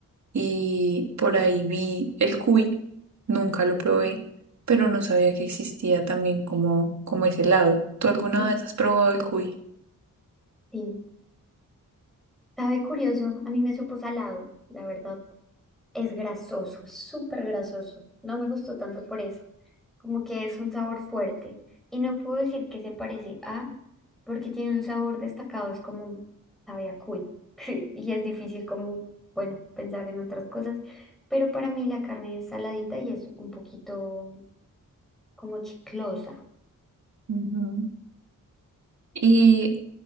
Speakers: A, on the right (about 55°); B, in the centre.
A: y por ahí vi el cuy, nunca lo probé,
B: Mm.
A: pero no sabía que existía también como, como ese helado. ¿Tú alguna
B: Mm,
A: vez has probado el cuy?
B: Sí, sabe curioso, a mí me supo salado, la verdad. Es grasoso, es súper grasoso. No me gustó tanto por eso. como que es un sabor fuerte. Y no puedo decir que se parece a, porque tiene un sabor destacado, es como sabe a cuy. <laughs> Y es difícil como, bueno, pensar en otras cosas. Pero para mí la carne es saladita y es un poquito como chiclosa.
A: Ujú. ¿Y